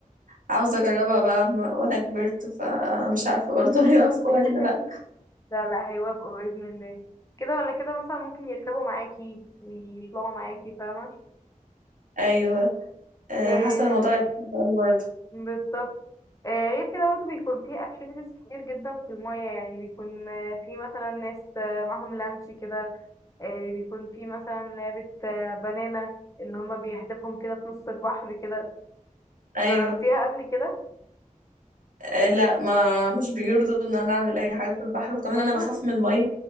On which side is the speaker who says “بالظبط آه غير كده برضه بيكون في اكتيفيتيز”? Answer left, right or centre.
Left